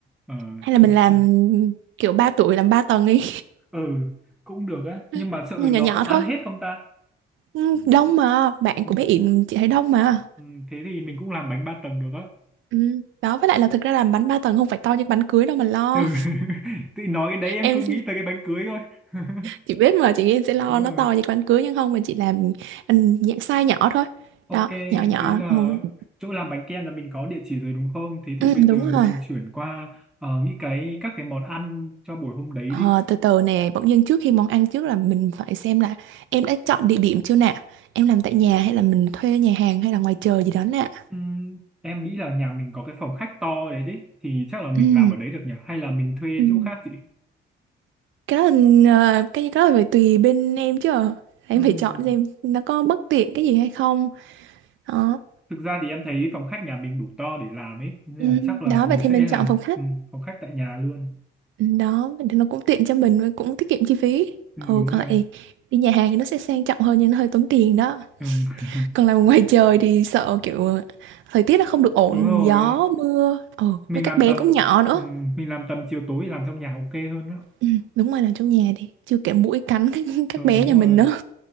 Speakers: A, in the centre; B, on the right.
A: ờ,
B: hay là
A: thực
B: mình
A: ra
B: làm kiểu ba tuổi làm ba tầng đi
A: ừ cũng được á,
B: <laughs>
A: nhưng mà sợ
B: Ừ, nhỏ
A: nó
B: nhỏ
A: có
B: thôi
A: ăn hết không ta?
B: Ừ, đông mà bạn
A: Ừm,
B: của bé Yển chị thấy đông mà
A: ừm, thế thì mình cũng làm bánh ba tầng được á.
B: ừ. đó với lại là thực ra làm bánh ba tầng không phải to như bánh cưới đâu mà lo
A: Ừ. <laughs> Tự nói
B: <laughs>
A: cái đấy em
B: em
A: cứ nghĩ tới cái bánh cưới thôi. <laughs>
B: chị biết mà chị nghĩ em sẽ lo
A: Đúng
B: nó
A: rồi.
B: to như bánh cưới nhưng không mà chị làm ừ, dạng size nhỏ thôi
A: Ok,
B: đó nhỏ nhỏ
A: thế là
B: ừ.
A: chỗ làm bánh kem là mình có địa chỉ rồi đúng không? Thế thì
B: Ừ,
A: bây giờ
B: đúng
A: mình
B: rồi
A: chuyển qua ờ, nghĩ cái các cái món ăn cho buổi hôm đấy
B: Ờ,
A: đi.
B: từ từ nè, bỗng dưng trước khi món ăn trước là mình phải xem là em đã chọn địa điểm chưa nè, em làm tại nhà hay là mình thuê nhà hàng hay là ngoài trời gì đó nè.
A: Ừm, em nghĩ là nhà mình có cái phòng khách to đấy đấy, thì chắc là mình
B: Ừm,
A: làm ở đấy được nhỉ? Hay là mình thuê
B: Ừ.
A: chỗ khác chị?
B: Cái đó là ờ, cái đó là phải tùy bên em chứ. ờ. Em
A: Ừm,
B: phải chọn xem nó có bất tiện cái gì hay không. Đó.
A: thực ra thì em thấy phòng khách nhà mình đủ to để làm ấy, nên
B: Ừm,
A: là chắc là
B: Đó
A: mình
B: vậy
A: sẽ
B: thì mình
A: làm
B: chọn phòng khách.
A: ừm, phòng khách tại nhà luôn.
B: Ừm, Đó, vậy thì nó cũng tiện cho mình và cũng tiết kiệm chi phí.
A: Ừm,
B: Ừ,
A: đúng
B: còn
A: rồi.
B: lại đi nhà hàng thì nó sẽ sang trọng hơn nhưng nó hơi tốn tiền đó.
A: Ừm,
B: Còn làm
A: <laughs>
B: ngoài trời thì sợ kiểu thời tiết nó không được ổn,
A: đúng rồi.
B: gió, mưa. Ừ,
A: Mình
B: với các
A: làm
B: bé
A: tầm
B: cũng nhỏ nữa.
A: ừm, mình làm tầm chiều tối làm trong nhà ok hơn đó.
B: Ừ, đúng rồi, làm trong nhà đi. Chưa kể muỗi cắn các, các
A: Rồi
B: bé
A: đúng
B: nhà
A: rồi.
B: mình nữa.